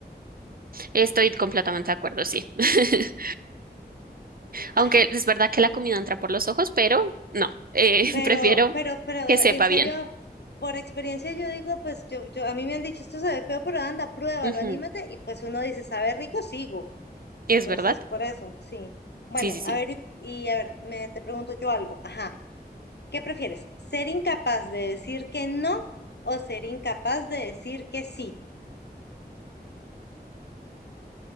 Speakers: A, on the right; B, on the left.
A: estoy completamente de acuerdo, sí. <laughs> Aunque
B: Ajá.
A: es verdad que la comida entra por los ojos, pero no, eh,
B: Pero,
A: <laughs> prefiero
B: pero, pero,
A: que sepa
B: en serio,
A: bien.
B: por experiencia yo digo, pues yo, yo, a mí me han dicho, esto se ve feo, pero anda, pruébalo,
A: Ujú,
B: anímate, y pues uno dice, sabe rico, sigo. Entonces,
A: ¿Es verdad?
B: por eso, sí. Bueno,
A: Sí, sí, sí.
B: a ver, y, y a ver, me, te pregunto yo algo. Ajá, ¿qué prefieres? ¿Ser incapaz de decir que no o ser incapaz de decir que sí?